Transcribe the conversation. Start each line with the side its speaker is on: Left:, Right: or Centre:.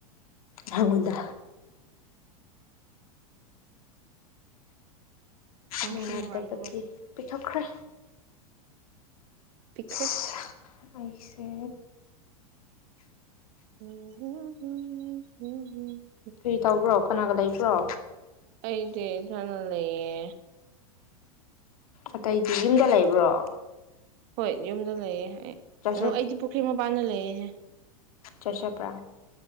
Left: ꯍꯪꯉꯨꯗ
Right: ꯅꯨꯡꯁꯨ
Left: ꯅꯨꯡꯉꯥꯏꯇꯕꯗꯤ
Right: ꯅꯨꯡꯉꯥꯏꯇꯕꯕꯨ
Left: ꯄꯤꯊꯣꯛꯈ꯭ꯔꯦ
Right: ꯄꯤꯛꯈ꯭ꯔꯦ
Left: ꯁꯤ ꯑꯩꯁꯦ
Right: ꯎ <unintelligible>
Left: ꯀꯔꯤ ꯇꯧꯕ꯭ꯔꯣ ꯀꯅꯥꯒ ꯂꯩꯕ꯭ꯔꯣ ꯄ꯭ꯔꯣ
Right: ꯑꯩꯗꯤ ꯏꯊꯟ ꯂꯩꯌꯦ
Left: ꯑꯇꯩꯗꯤ ꯌꯨꯝꯗ ꯂꯩꯕ꯭ꯔꯣ
Right: ꯍꯣꯏ ꯌꯨꯝꯗ ꯂꯩꯌꯦ ꯑꯩ
Left: ꯆꯔꯆ
Right: ꯑꯗꯣ ꯑꯩꯗꯤ ꯄꯨꯈ꯭ꯔꯤ ꯃꯄꯥꯟꯅ ꯂꯩꯌꯦ ꯑꯦ ꯑꯦ
Left: ꯆꯆꯄ꯭ꯔꯥ